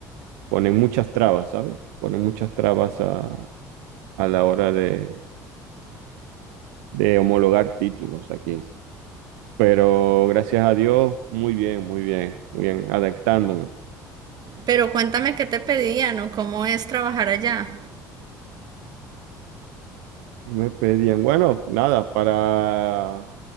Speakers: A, on the right; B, on the right.
A: ponen muchas trabas, ¿sabes? Ponen muchas trabas a, a la hora de, de homologar títulos aquí. Pero gracias a Dios, muy bien, muy bien, muy bien, adaptándome.
B: Pero cuéntame qué te pedían o cómo es trabajar allá.
A: ¿Qué me pedían? Bueno, nada, para